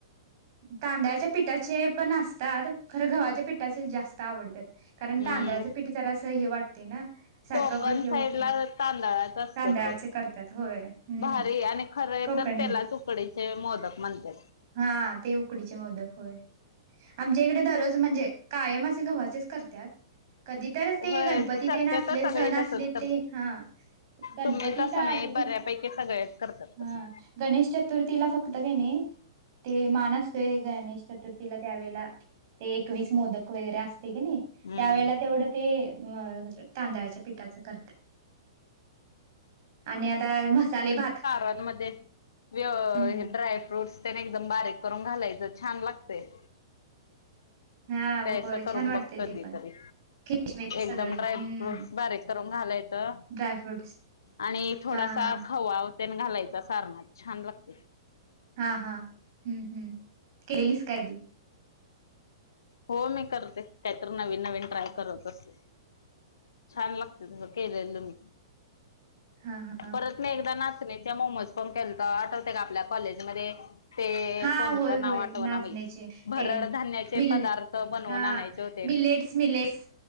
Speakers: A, on the right (about 50°); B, on the left (about 65°).
A: तांदळाच्या पिठाचे पण असतात खरं गव्हाच्या पिठाचे जास्त आवडतात. कारण
B: हम्म
A: तांदळाच पिठ जरा असं हे वाटते ना सारखं
B: कोकण
A: हे होतय
B: साईड ला तांदळाच असतात
A: तांदळाचे
B: बघ
A: करते. होय हम्म
B: भारी आणि खरे
A: कोकणी
B: तर त्यालाच उकडीचे मोदक म्हणतात.
A: हां ते उकडीचे मोदक होय. आमच्या इकडे दररोज म्हणजे कायम असे गव्हाचेच करतात. कधी तर
B: होय
A: ते गणपती
B: शक्यतो
A: तेन असले
B: सगळे
A: सण
B: तसच
A: असले
B: करतात
A: ते हा. गणपतीत
B: तुम्ही तसं
A: आलं
B: नाही
A: की
B: बऱ्यापैकी
A: नये
B: सगळेच करतात
A: हां
B: तसं
A: गणेश चतुर्थीला फक्त किनय ते मान असतोय गणेश चतुर्थीला त्यावेेळेला ते एकवीस मोदक वगैरे असतय की नाही.
B: हम्म
A: त्यावेेळेला तेवढं ते <unintelligible> तांदळाच्या पिठाच करतात आणि आता मसाले भात
B: बा मध्ये व
A: हम्म
B: ड्राय फ्रूटस तेन एकदम बारीक करून घालायचं छान लागतेत.
A: हा
B: ते
A: होय
B: अस करून
A: छान वाटतय
B: बघ कधी
A: ते पण
B: तरी
A: किशमिश
B: एकदम
A: सगळे
B: ड्राय
A: हम्म
B: फ्रूटस बारीक करून घालायचं
A: ड्रायफ्रूट्स
B: आणि ते थोडासा
A: हा हा
B: खवा तेन घालायचा सारण्यात छान लागते.
A: हा हा हम्म हम्म केलीस काय आधी
B: हो मी करते काहीतरी नवीन नवीन ट्राय करत असते छान लागते. <unintelligible> केलेल मी
A: हां हां.
B: परत मी एकदा नाचणीच्या मोमोज पण केलत आठवते का आपल्या कॉलेजमध्ये ते
A: हा
B: कोणतं
A: होय
B: नाव
A: होय
B: आठवना
A: नाचण्याचे
B: बाई भरड
A: ते
B: धान्याचे
A: मिल
B: पदार्थ बनवून
A: हा
B: आणायचे होते
A: मिलेट्स
B: ते.
A: मिलेट्स